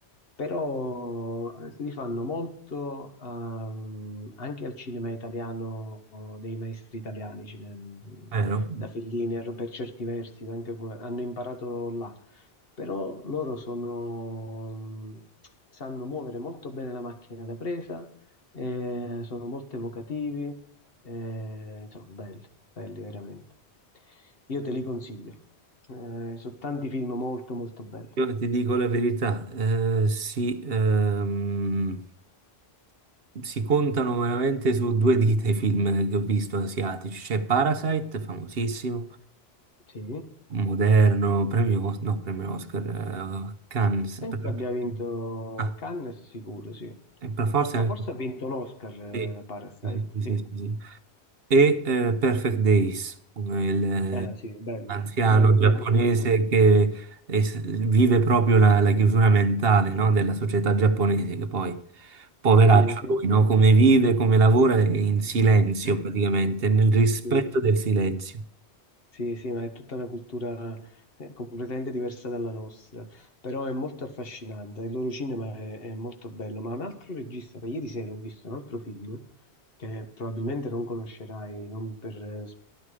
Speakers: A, on the left; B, on the right.
A: Però eh, si rifanno molto ehm, anche al cinema italiano, o dei maestri italiani, cine-
B: vero?
A: da Fellini, per certi versi, anche, hanno imparato là però loro sono, mh, sanno muovere molto bene la macchina da presa, eh, sono molto evocativi, eh, insomma, belli, belli veramente. Io te li consiglio. Eh, sono tanti film molto molto belli.
B: Io ti dico la verità, eh, si, ehm, si contano veramente su due dita i film che ho visto asiatici. C'è Parasite, famosissimo,
A: Sì,
B: moderno, premio, Os- no, premio Oscar, eh, Cannes,
A: penso
B: premio-
A: abbia vinto
B: ah,
A: Cannes sicuro, sì.
B: e per forza
A: No,
B: anche...
A: forse ha vinto l'Oscar, eh,
B: Sì,
A: Parasite,
B: sì, sì, sì,
A: sì.
B: sì, sì. sì. e eh, Perfect Days, il eh,
A: Eh sì, bello,
B: anziano
A: bello
B: giapponese
A: pure per quello.
B: che es- vive proprio la, la chiusura mentale, no, della società giapponese, che poi, poveraccio
A: Sì, sì.
B: lui, no, come vive, come lavora è in silenzio
A: <laughs>
B: praticamente, nel rispetto
A: Sì.
B: del silenzio.
A: Sì, sì, ma è tutta una cultura eh, completamente diversa dalla nostra, però è molto affascinante, il loro cinema è, è molto bello, ma un altro regista, da ieri sera ho visto un altro film che probabilmente non conoscerai, non per-